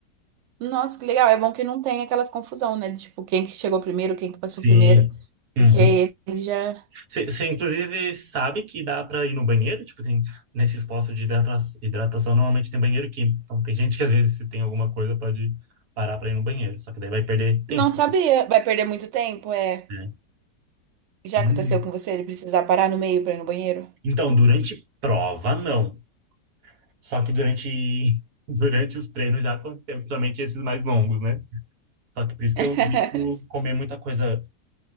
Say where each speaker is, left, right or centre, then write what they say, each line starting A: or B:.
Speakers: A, on the right; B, on the right.
A: Nossa, que legal. É bom que não tem aquelas confusão, né? de, Tipo, quem que chegou primeiro, quem que passou
B: Sim.
A: primeiro.
B: Uhum.
A: Porque ele já
B: Você, inclusive, sabe que dá para ir no banheiro? Tipo, tem nesses postos de hidrata- hidratação, normalmente tem banheiro químico. Então, tem gente que às vezes, se tem alguma coisa, pode parar para ir no banheiro. Só que daí vai perder tempo,
A: não sabia. Vai perder muito tempo, é.
B: né?
A: Já
B: Uhum.
A: aconteceu com você? Ele precisar parar no meio pra ir no banheiro?
B: Então, durante prova, não. Só que durante, <laughs> durante os treinos já aconteceu, principalmente esses mais longos, né? Só que por isso que
A: <laughs>
B: eu evito comer muita coisa